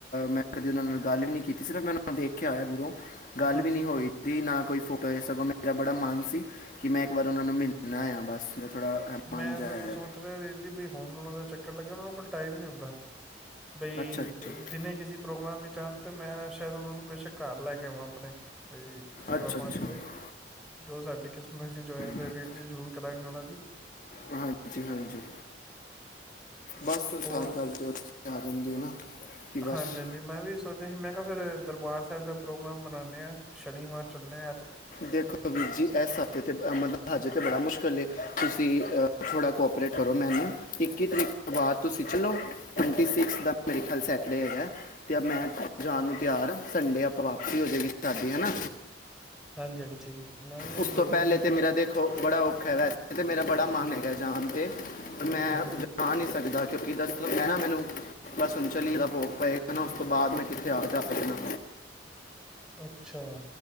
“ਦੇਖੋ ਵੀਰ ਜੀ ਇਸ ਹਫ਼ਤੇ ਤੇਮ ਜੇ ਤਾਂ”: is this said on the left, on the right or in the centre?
Left